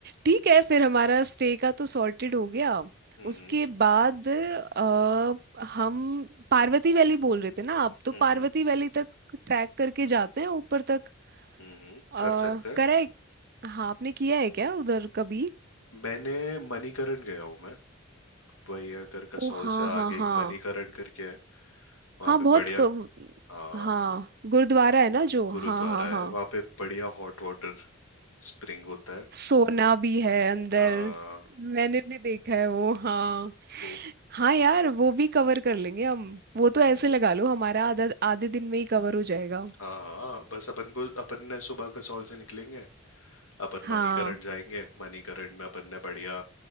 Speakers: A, on the right (about 50°); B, on the left (about 80°).
A: ठीक है फिर हमारा स्टे का तो सॉर्टेड हो गया
B: हम्म
A: उसके बाद अ, हम पार्वती वैली बोल रहे थे ना आप तो
B: हम्म
A: पार्वती वैली तक ट्रैक करके जाते हैं ऊपर तक
B: हम्म, कर
A: और
B: सकते हैं
A: करा है हाँ आपने किया है क्या उधर कभी
B: मैंने मणिकरण गया हूँ मैं वही अगर कसौल
A: ओ हाँ
B: से आगे
A: हाँ
B: एक
A: हाँ
B: मणिकरण करके है वहाँ
A: हाँ
B: पे
A: बहुत
B: बढ़िया
A: कम
B: हाँ
A: हाँ गुरुद्वारा है ना जो
B: गुरुद्वारा
A: हाँ हाँ हाँ
B: है वहाँ पे बढ़िया हॉट वाटर स्प्रिंग होता है
A: सोना भी है अंदर
B: हाँ
A: मैंने भी देखा है वो हाँ
B: वो
A: हाँ यार वो भी कवर कर लेंगे हम वो तो
B: हम्म,
A: ऐसे लगा लो हमारा आधा आधे दिन में ही कवर हो जाएगा
B: हाँ हाँ बस अपन को अपन ने सुबह कसौल से निकलेंगे अपन
A: हाँ
B: मणिकरण जाएंगे मणिकरण में अपन ने बढ़िया